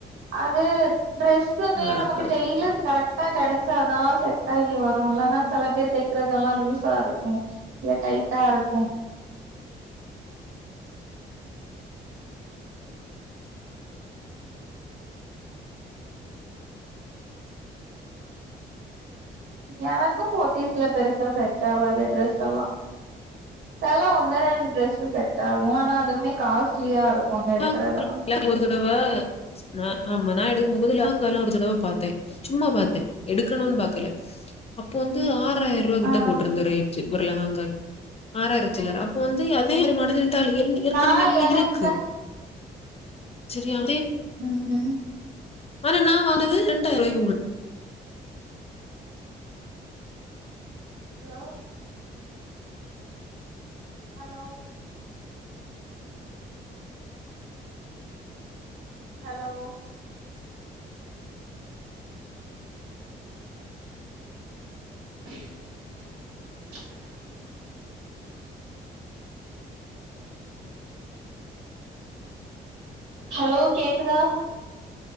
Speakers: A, on the right; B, on the left.
A: அது டிரெஸ்சுமே
B: ஆ
A: நமக்கு
B: ஆ
A: டெயலர் கரெக்டா கிடை- க்சாத செட் ஆகி வரும் இல்லன்னா சில பேர் தைக்கறதெல்லா லூஸா இருக்கும் இல்ல டைட்டா இருக்கு எனக்கும் போத்தீஸ்ல பெருசா செட் ஆகாது ட்ரெஸ் எல்லா சல ஒண்ணு ரெண்டு ட்ரெஸ் செட் ஆகும் ஆனா அதுவுமே காஸ்ட்லியா இருக்கு அங்க
B: <unintelligible>
A: எடுக்கறதெல்லா
B: ஒரு தடவா ஆ ஆமா நா எடுக்கும்போதுல்ல ஸ் எல்லா ஒரு தடவை பார்த்தே சும்மா பார்த்தே எடுக்கணுனு பார்க்கல அப்போ வந்து ஆறு- ஆறாயிர ர்பா கிட்ட
A: ஆ
B: போட்டிருந்தது ரேட் ஊர்லங்க ஆராயிரச்சல அப்போ வந்து அதே ஒரு மாடல் டால் ஏற்கனவே
A: நா
B: என்னிட்ட
A: எனக்கு
B: இருக்கு செரியா
A: உஹம் உம்
B: ஆனா நான் வானது ரெண்டாயிர ரூாய்க்கு
A: ஹலோ ஹலோ ஹலோ <inaudible> ஹலோ கேக்குதா